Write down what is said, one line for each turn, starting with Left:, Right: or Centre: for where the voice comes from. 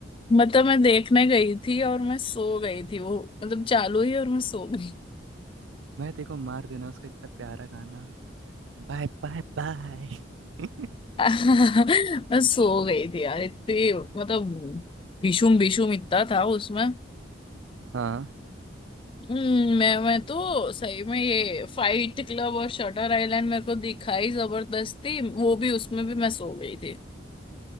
Left: मतलब मैं देखने गई थी और मैं सो गई थी वो मतलब चालू ही और मैं सो गई
Right: मैं देखो मार देना उसका इतना प्यारा गाना बाय बाय बाय <laughs>
Left: <laughs> मैं सो गई थी यार इतनी मतलब भीषुम भीषुम इतना था उसमें
Right: हाँ
Left: हम्म, मैं मैं तो सही में ये फाइट क्लब और शटर आइलैंड मेरे को दिखाई जबरदस्ती वो भी उसमें भी मैं सो गई थी